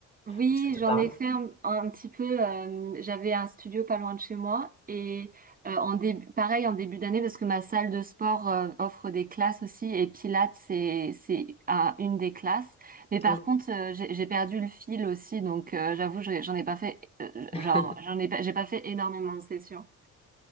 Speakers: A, on the right; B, on the left.
A: Oui,
B: ou ça te
A: j'en
B: parle.
A: ai fait un, un petit peu. euh, j'avais un studio pas loin de chez moi et euh, en début, pareil en début d'année parce que ma salle de sport euh, offre des classes aussi et Pilates c'est c'est un- une des classes. Mais par
B: Ok.
A: contre euh, j'ai j'ai perdu le fil aussi donc euh, j'avoue j'en ai j'en ai pas fait euh,
B: <laughs>
A: genre j'en ai pas j'ai pas fait énormément de sessions.